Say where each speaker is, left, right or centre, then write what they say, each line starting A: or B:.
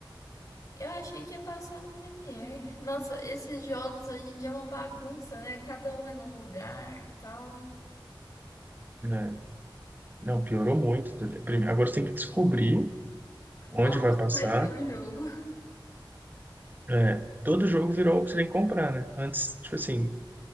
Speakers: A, on the left; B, on the right.
A: Eu achei que ia passar no Premiere. Nossa, esses jogos hoje em dia é uma bagunça, né? Cada um é num lugar, tal.
B: né? Não, piorou muito. Prime- Agora você tem que descobrir onde
A: Onde
B: vai passar.
A: que vai ter o jogo?
B: É, todo jogo virou o que você tem que comprar, né? Antes, tipo assim,